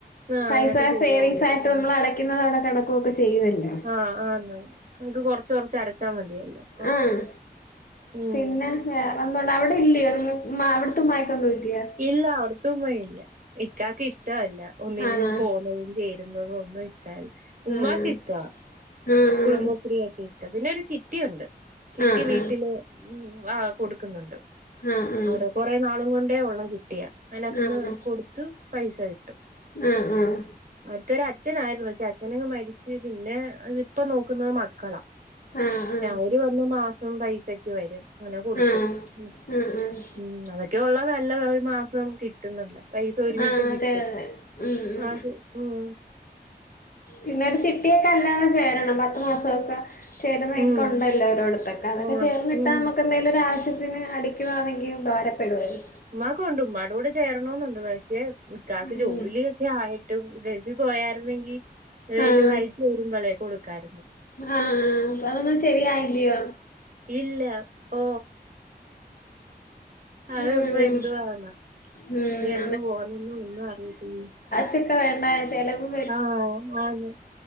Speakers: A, on the right; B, on the left.
A: ആഹ്
B: പൈസ
A: അതൊക്കെ ചെയ്യാലോ.
B: സെവിൻസാ ണ്ട് നമ്മള് അടക്കുന്നത് അവടെ കെടക്കോക്കെ ചെയ്യല്ലോ.
A: ആഹ് ആന്ന് ഇൻക്ക് കൊർച്ച് കൊർച്ച് അടച്ചാ മതിയല്ലോ. കൊറച്ച്
B: ആഹ്
A: കൊറച്ച്. ഉം.
B: പിന്നെ വേറെന്തണ്ട അവിടെ ഇല്ല്യേ <unintelligible> മാവ് ത്തും മായസൊന്നും ഇല്ല്യ
A: ഇല്ല അവിടത്തമ്മയില്ല ഇക്കാക്ക് ഇഷ്ടമല്ല ഒന്നിന്
B: ആണോ
A: പോന്നതും ചേരുന്നതും ഒന്നും ഇഷ് ടല്ല ഉമ്മാക്ക്
B: ആഹ്
A: ഇഷ്ട
B: ആഹ്
A: കുടുംബശ്രീ ഇഷ്ട പിന്നെ ഒരു ചിട്ടിയുണ്ട് ചിട്ടി
B: ആഹ്
A: വീട്ടില് ഉം ഉം വാ കൊടുക്കുന്നുണ്ട്
B: ആഹ് ആഹ്
A: അവിടെ കൊറെ നാളും കൊണ്ടേ ഒള്ള ചി ട്ടിയ അയിനത്ത്ന്ന്
B: ആഹ് ആഹ് ആഹ്
A: കൊടുത്തു പൈസ കിട്ടും
B: ആഹ് ആഹ് ആഹ്
A: അവിടുത്തെ ഒരു അച്ഛനായിരുന്നു പക്ഷെ അച്ഛനങ്ങ് മരിച്ച് പിന്നെ അതി ഇപ്പ നോക്കുന്നത് മക്കളാ
B: ആഹ് ആഹ്
A: അവര് വന്ന് മാസം പൈസക്ക് വരും അങ്ങനെ കൊടുക്കും
B: ആഹ്
A: ഉം
B: ആഹ് ആഹ്
A: ഉം അതൊക്കെ ഉള്ളതു നല്ലതാ ഒരു മാസം കിട്ടുന്നല്ല പൈസ ഒരുമിച്ച്
B: ആഹ്
A: കിട്ടും
B: അതെ അതെ ഉം ഉം
A: മാസം ഉം
B: പിന്നെ ചിട്ടിയൊക്കെ എല്ലാരും ചേരണം പത്തു മാസക്കെ ചേരുന്നതൊക്കെ
A: ഉം
B: ഉണ്ടല്ലോ ഓരോട്ത്തൊക്കെ അതൊക്കെ
A: ആഹ്
B: ചേർന്നിട്ടാൽ
A: ഉം
B: നമുക്ക് എന്തെങ്കിലും ഒരു ആവശ്യത്തിന് അടിക്കുവാണെങ്കിൽ ഉപകാര പ്പെടുവല്ലോ
A: ഉമ്മാക്കുണ്ട് ഉമ്മായുടെ കൂടെ ചേരണെന്നുണ്ട് പക്ഷേ ഇക്കാക്ക്
B: ഉം
A: ജോലിയെ ത്തേ ആയിട്ടും ഗൽഫിൽ പോയാര്ന്നെങ്കി എന്തേലും
B: ആഹ്
A: അയച്ച് തരുബളേ കൊടുക്കായിര്ന്നു
B: ആഹ് അപ്പൊ അതൊന്നും ശെരിയായില്ല്യോ
A: ഇല്ല പോ അതിപ്പോ
B: ഉം
A: എന്തുവാന്നാ
B: ഉം
A: ഇനി എന്ന് പോണംന്ന് ഒന്നും അറിയത്തില്ല
B: ത്തെക്കെ വേണ്ടായോ ചെലവും
A: ആഹ് ആന്ന്